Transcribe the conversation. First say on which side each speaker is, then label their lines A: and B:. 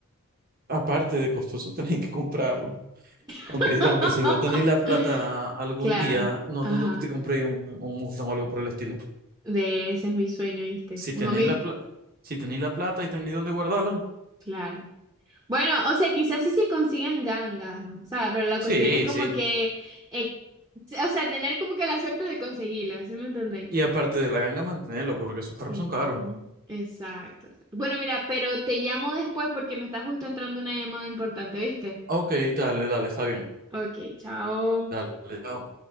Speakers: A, on the right; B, on the right.
A: Aparte de costoso, <laughs> tenéis que comprarlo. Aunque,
B: <laughs>
A: aunque si vos tenéis la plata algún
B: Claro,
A: día, no
B: ajá,
A: dudo que te compréis un, un Mustang o algo por el estilo.
B: de ese es mi sueño, ¿viste?
A: Si
B: Un
A: tenéis
B: amigo.
A: la plata, si tenéis la plata y tenéis dónde guardarlo,
B: Claro. Bueno, o sea, quizás sí se consigan gangas, o sea, pero la
A: sí,
B: cuestión es como
A: sí.
B: que, eh, o sea, tener como que la suerte de conseguirlas, ¿sí me entendéis?
A: Y aparte de la ganga, mantenerlo, porque esos carros
B: Mm,
A: son caros.
B: exacto. Bueno, mira, pero te llamo después porque me está justo entrando una llamada importante, ¿viste?
A: Ok, dale, dale, está bien.
B: Ok, chao.
A: Dale, chao.